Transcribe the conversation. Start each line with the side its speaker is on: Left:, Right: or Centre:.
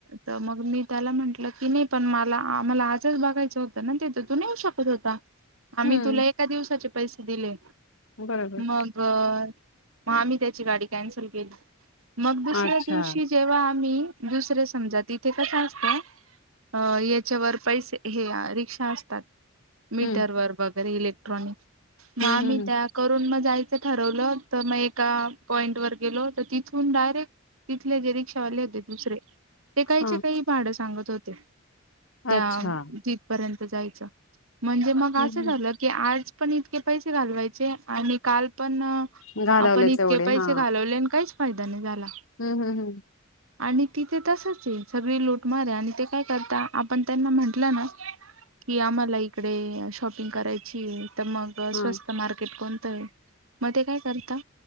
Right: तर मग मी त्याला म्हंटलं की नाही पण मला मला आजच बघायचं होतं ना, तिथं तू नेऊ शकत होता. आम्ही
Left: हम्म
Right: तुला एका दिवसाचे पैसे दिले.
Left: बरोबर
Right: मगर मग आम्ही त्याची गाडी कॅन्सल केली. मग दुसऱ्या
Left: अच्छा
Right: दिवशी जेव्हा आम्ही दुसरे समजा तिथे कसं असतं, अ याच्यावर पैसे हे रिक्षा असतात. मीटर
Left: हम्म
Right: वर बघ इलेक्ट्रॉनिक. मग
Left: हम्म
Right: आम्ही
Left: हम्म
Right: त्या करून म जायचं ठरवलं तर मग एका पॉईंटवर गेलो, तर तिथून डायरेक्ट तिथल्या डिरेक्शन कळले ते दुसरे ते काहीच्या
Left: हम्म
Right: काही भाड सांगत होते. ते
Left: हा
Right: त्या
Left: अच्छा
Right: जीथपर्यंत जायचं म्हणजे मग
Left: हम्म
Right: असं झालं की आज व पनीर पैसे घालवायचे आणि कालपण न
Left: घालवलेच
Right: आपण इतके
Left: एवढे
Right: पैसे
Left: हा
Right: घालवले काहीच होदा नाही झाला.
Left: हम्म हम्म
Right: आणि तिथे तसच आहे सगळे लूटमारे आणि ते काय करता आपण त्यांना म्हंटलं ना की आम्हाला इकडे शॉपिंग करायची, तर मग
Left: हम्म
Right: स्वस्त मार्केट को तय? मग ते काय करता?